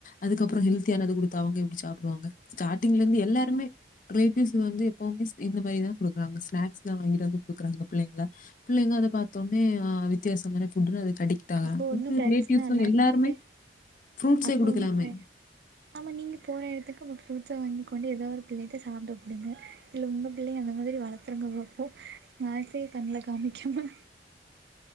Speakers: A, on the left; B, on the right.
A: அதுக்கப்பறோ ஹெல்தியானது குடுத்தா அவுங்க எப்டி சாப்டுவாங்க ஸ்டாடிங்ல இருந்து எல்லாருமே ரிலேட்டிவ்ஸ் வந்து எப்பவுமே ஸ் இந்த மாறிதா குடுகறாங்க ஸ்நாக்ஸ் தா வாங்கிட்டு வந்து குடுக்குறாங்க புள்ளைங்கள புள்ளைங்க அத பாத்தொன்னே ஆ வித்தியாசமான ஃபுட்னு அதுக் அடிக் ட் ஆகுறாங்
B: அப்போ ஒன்னு
A: இப்பருக்க
B: பிரச்சன
A: ரிலேட்டிவ்ஸு
B: இல்ல
A: எல்லாருமே
B: நீங்க
A: ஃப்ரூட்ஸே
B: அப்போ
A: குடுக்கலாமே
B: ஒன்னு பிர ஆமா நீங்க போற எடத்துக்கு நம் ஃப்ரூட்ஸ வாங்கி கொண்டு ஏதோ ஒரு புள்ளைட்ட சாப்ட குடுங்க இல்ல உங்க புள்ளைங்க அந்தமாதிரி வளத்திர்காங்க அப்போ ஸ்நாக்ஸே கண்ணுல காமிக்காம